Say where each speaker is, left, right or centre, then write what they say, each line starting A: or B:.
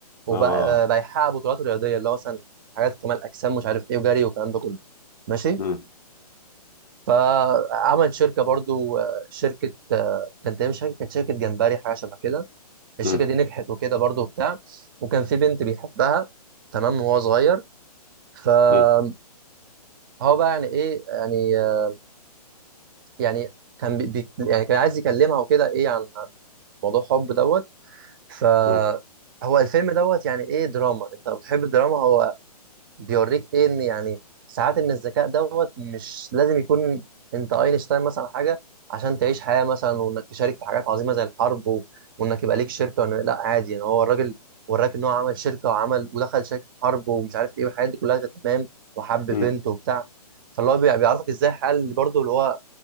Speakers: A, on the right; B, on the left.
A: وبقى
B: اه
A: آه، بقى يحقق بطولات رياضيه اللي هو مثلا حاجات كمال اجسام مش عارف ايه وجري والكلام ده كله ماشي
B: مم.
A: فعمل شركه برضو آه، شركه آه، كانت تقريباً شركه كانت شركه جمبري حاجه شبه كده الشركه
B: مم.
A: دي نجحت وكده برضو وبتاع وكان في بنت بيحبها تمام وهو صغير فهو
B: مم.
A: بقى يعني ايه يعني آه، يعني كان بي بي- يعني كان عايز يكلمها وكده ايه عن عن موضوع حب دوت ف
B: مم.
A: هو الفيلم دوت يعني ايه دراما انت لو بتحب الدراما هو بيوريك ايه ان يعني ساعات ان الذكاء دوت مش لازم يكون انت اينشتاين مثلا أو حاجه عشان تعيش حياه مثلا وانك تشارك في حاجات عظيمه زي الحرب و... وانك يبقى ليك شركه وإن... لا عادي يعني هو الراجل وراك ان هو عمل شركه وعمل ودخل شركه في حرب ومش عارف ايه والحاجات دي كلها كانت تمام وحب بنت
B: مم.
A: وبتاع فاللي هو بي- بيعرفك ازاي الحياه اللي برضه اللي هو